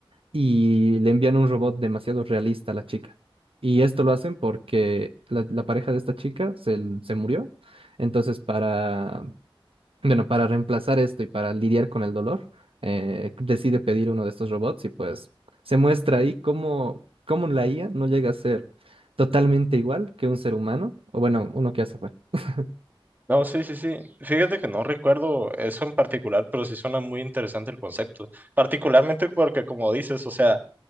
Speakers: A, on the right (about 70°); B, on the right (about 20°).
A: y le envían un robot demasiado realista a la chica. Y esto lo hacen porque la, la pareja de esta chica se, se murió. Entonces, para, bueno, para reemplazar esto y para lidiar con el dolor, eh, decide pedir uno de estos robots y pues se muestra ahí cómo, cómo la IA no llega a ser totalmente igual que un ser humano, o bueno, uno que hace fue. <laughs>
B: No, sí, sí, sí. Fíjate que no recuerdo eso en particular, pero sí suena muy interesante el concepto. Particularmente porque como dices, o sea